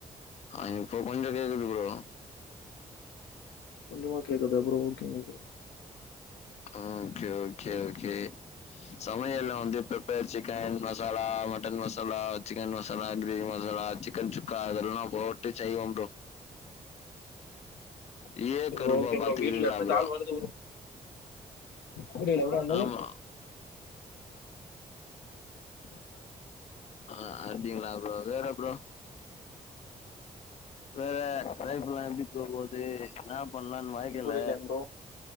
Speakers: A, on the left; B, on the left.
A: ஆ இப்போ கொஞ்ச கேக்குது ப்ரோ
B: கொஞ்சமா கேக்குதா ப்ரோ ஓகேங் ப்ரோ
A: ஆ ஓகே ஓகே ஓகே சமயல்ல வந்து pepper chicken masala, mutton masala, chicken masala, gravy masala, chicken sukka அதெல்லாம் போட்டு செய்வே ப்ரோ ஏ
B: ப்ரோ
A: கருபா
B: ஓகே ப்ரோ
A: பாத்துகிறிங்ளா
B: வீட்ல இருந்து
A: ப்ரோ
B: கால் வருது புரியல ப்ரோ என்னது
A: ஆமா
B: சமையல்
A: ஆ அத்திங்ளா ப்ரோ வேற ப்ரோ வேற லைப்ஃபுலா எப்டி போக போது இன்னாப் பண்லான் வாழ்க்கைல
B: புரியல ப்ரோ